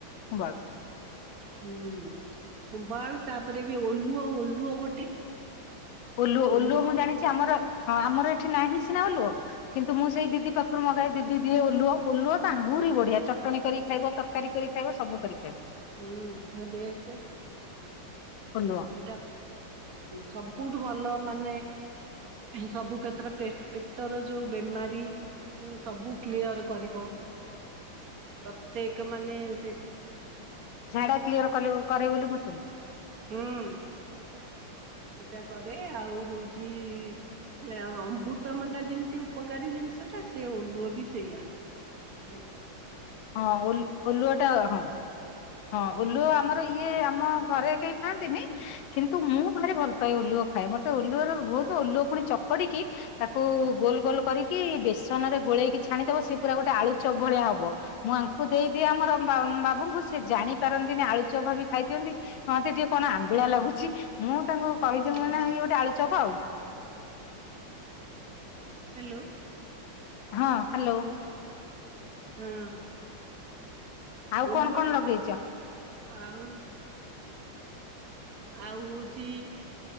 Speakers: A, on the left; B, on the right.
A: ଖୁମ୍ବ ଆଳୁ।
B: ହୁଁ। ଖୁମ୍ବଆଳୁ ତାପରେ ବି ଓଲୁଅ-ଓଲୁଅ ଗୋଟେ।
A: ଓଲୁଅ-ଓଲୁଅ
B: ଓଲୁଅ
A: ମୁଁ ଜାଣିଚି ଆମର ହଁ ଆମର ଏଠି ନାହିଁ ସିନା ଓଲୁଅ। କିନ୍ତୁ ମୁଁ ସେଇ ଦିଦି ପାଖରୁ ମଗାଏ ଦିଦି ଦିଏ ଓଲୁଅ, ଓଲୁଅ ତ ଆହୁରି ବଢିଆ ଚଟଣି କରିକି ଖାଇବ ତ ତରକାରି କରି ଖାଇବ ସବୁ କରି ଖାଇବ।
B: ହୁଁ <unintelligible> ବେଷ୍ଟ।
A: ଓଲୁଆ।
B: ସେଇଟା ସବୁଠୁ ଭଲ ମାନେ ସବୁ କ୍ଷେତ୍ରରେ ପେ ପେଟର ଯୋଉ ବେମାରୀ ସବୁ କ୍ଲିୟର କରିବ, ପ୍ରତ୍ୟେକ୍ ମାନେ ସେ
A: ଝାଡ଼ା କ୍ଲିୟର କଲିବ କରେ ବୋଲି ମୁଁ ଶୁଣି
B: ହେଁ ସେଟା କରେ ଆଉ ହୋଉଚି ସେ ଅମ୍ବୃତ ମଣ୍ଡା ଯେମିତି ଉପକାରୀ ଜିନିଷଟା ସେ ଓଲୁଅ ବି ସେଇଆ। ଏ
A: ହଁ ଓଲ୍ ଓଲୁଆଟା ହଁ। ହଁ ଓଲୁଅ ଆମର ଇଏ ଆମ ଘରେ କେହି ଖାଆନ୍ତିନି। କିନ୍ତୁ ମୁଁ ଭାରି ଭଲ ପାାଏ ଓଲୁଅ ଖାଏ। ମତେ ଓଲୁଅର ଭୋଉତୁ ଓଲୁଅ ପୁଣି ଚକଡି଼କି ତାକୁ ଗୋଲ ଗୋଲ କରିକି ବେସନରେ ଗୋଳେଇକି ଛାଣିଦବ ସେ ପୁରା ଗୋଟେ ଆ ଳୁ ଚ ଭଳିଆ ହବ। ମୁଁ ଆଙ୍କୁ ଦେଇଦିଏ ଆମର ବା ବାବୁଙ୍କୁ ସିଏ ଜାଣି ପାରନ୍ତିନି ଆଳୁ ଚପ୍ ଭାବି ଖାଇଦିଅନ୍ତି। କହନ୍ତି ଟିକେ କଣ ଆମ୍ୱିଳା ଲାଗୁଚି ମୁଁ ତାଙ୍କୁ କହିଦିଏ
B: ହେଲାଣି
A: ମୁଁ ନାଁ ଇଏ ଗୋଟେ ଆଳୁ ଚପ ଆଉ।
B: ହ୍ୟାଲୋ।
A: ହଁ ହାଲୋ।
B: ହଁ।
A: ଆଉ
B: ଓଲୁଅ
A: କଣ କଣ ଲଗେଇଚ?
B: ଆଉ ଆଉ ହୋଉଚି